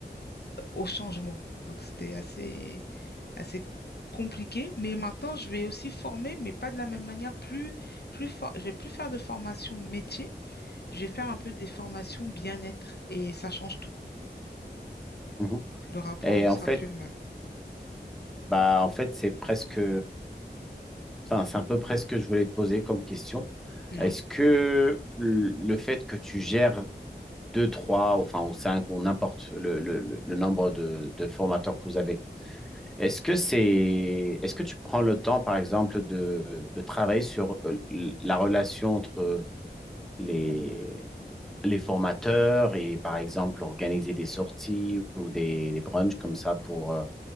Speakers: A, on the left; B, in the centre.
A: au changement. Donc c'était assez, assez compliqué. Mais maintenant, je vais aussi former, mais pas de la même manière. Plus, plus for- je vais plus faire de formation métier. Je vais faire un peu des formations bien-être et ça change tout.
B: Mhm.
A: Le rapport
B: Et
A: ne sera
B: en fait,
A: plus le même.
B: bah, en fait, c'est presque enfin, c'est à peu près ce que je voulais te poser comme question.
A: Oui.
B: Est-ce que le le fait que tu gères deux, trois, enfin, ou cinq, ou n'importe le, le- le- le nombre de, de formateurs que vous avez. Est-ce que c'est, est-ce que tu prends le temps, par exemple, de, de travailler sur euh, l- la relation entre les, les formateurs et, par exemple, organiser des sorties ou des, des brunchs comme ça pour, euh,